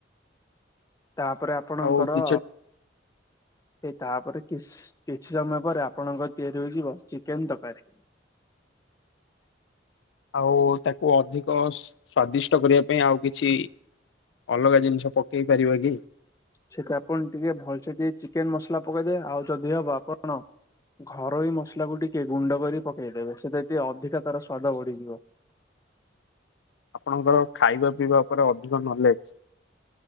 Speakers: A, on the left; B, on the left.
A: ତାପରେ ଆପଣଙ୍କର
B: ଆଉ କିଛି <inaudible>
A: ଏଇ ତାପରେ କିସ୍‌ କିଛି ସମୟ ପରେ ଆପଣଙ୍କ ତିଆରି ହେଇଯିବ ଚିକେନ ତରକାରୀ।
B: ଆଉ ତାକୁ ଅଧିକ ସ୍ଵାଦିଷ୍ଟ କରିବା ପାଇଁ ଆଉ କିଛି ଅଲଗା ଜିନିଷ ପକେଇ ପାରିବା କି
A: ସେଥିପାଇଁ ଆପଣ ଟିକେ ଭଲସେ ଟିକେ ଚିକେନ ମସଲା ପକେଇଦେବେ, ଆଉ ଯଦି ହବ ଆପଣ ଘରୋଇ ମସଲାକୁ ଟିକେ ଗୁଣ୍ଡ କରି ପକେଇଦେବେ ସେଥିରେ ଟିକେ ଅଧିକା ତାର ସ୍ଵାଦ ବଢିଯିବ।
B: ଆପଣଙ୍କର ଖାଇବା ପିଇବା ଉପରେ ଅଧିକ ନଲେଜ।